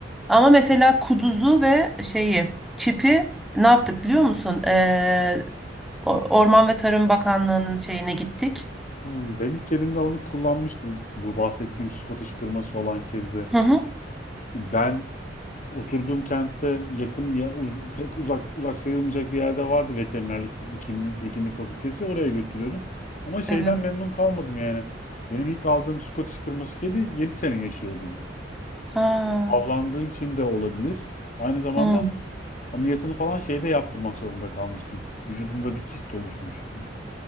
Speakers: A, in the centre; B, on the left.
A: Ama mesela kuduzu ve şeyi, çipi ne yaptık biliyor musun? Ee, O- Orman ve Tarım Bakanlığı'nın şeyine gittik.
B: Hmm, ben ilk kedimde onu kullanmıştım. Bu bahsettiğim Scottish kırması olan kedide.
A: Hı hı.
B: Ben oturduğum kentte yakın ya uz- pek uzak uzak sayılmayacak bir yerde vardı veterinerlik hekimlik hekimlik fakültesi oraya götürüyordum. Ama şeyden
A: Evet.
B: memnun kalmadım yani. Benim ilk aldığım Scottish kırması kedi 7 sene yaşayabildi.
A: Ha,
B: Avlandığı için de olabilir. Aynı zamanda
A: hı,
B: ameliyatını falan şeyde yaptırmak zorunda kalmıştık. Vücudunda bir kist oluşmuştu